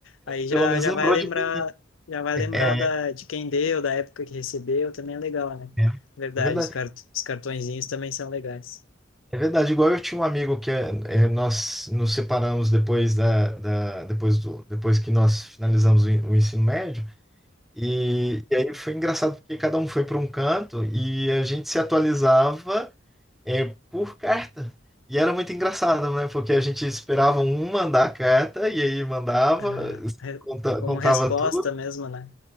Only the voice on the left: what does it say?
Aí já,
já
vai lembrar,
já vai
lembrar
da, de quem deu, da época que recebeu, também é legal, né?
Verdade,
os, cart, os cartõezinhos também são legais.
Aham. Re-
Como
resposta
mesmo, né?